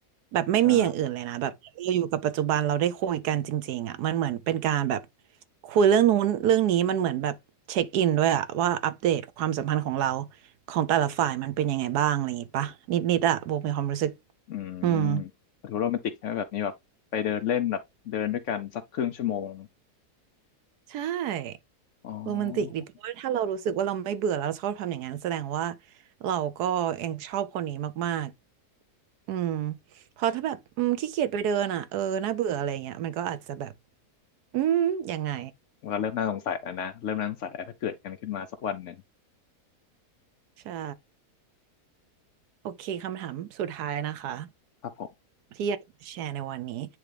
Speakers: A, on the right (about 80°); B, on the left (about 65°).
A: แบบไม่มีอย่างอื่นเลยนะแบบเราอยู่กับปัจจุบันเราได้คุยกันจริงๆอ่ะมันเหมือนเป็นการแบบ
B: ใช่
A: คุยเรื่องนู้นเรื่องนี้มันเหมือนแบบเช็คอินด้วยอะว่าอัปเดตความสัมพันธ์ของเราของแต่ละฝ่ายมันเป็นยังไงบ้างอะไรอย่างงี้ปะนิดๆอะโบมีความรู้สึก
B: อืม
A: อืม
B: ดูโรแมนติกใช่ไหมแบบนี้แบบไปเดินเล่นแบบเดินด้วยกันสักครึ่งชั่วโมง
A: ใช่
B: อ๋อ
A: โรแมนติกดิเพราะว่าถ้าเรารู้สึกว่าเราไม่เบื่อแล้วเราชอบทำอย่างนั้นแสดงว่าเราก็ยังชอบคนนี้มาก อืมเพอถ้าแบบอืมขี้เกียจไปเดินอ่ะเออน่าเบื่ออะไรเงี้ยมันก็อาจจะแบบอืมยังไง
B: เราเริ่มน่าสงสัยแล้วนะเริ่มน่าสงสัยแล้วถ้าเกิดกันขึ้นมาสักวันหนึ่ง
A: <laughs> ใช่โอเคคำถามสุดท้ายนะคะ
B: ครับผม
A: ที่อยากจะแชร์ในวันนี้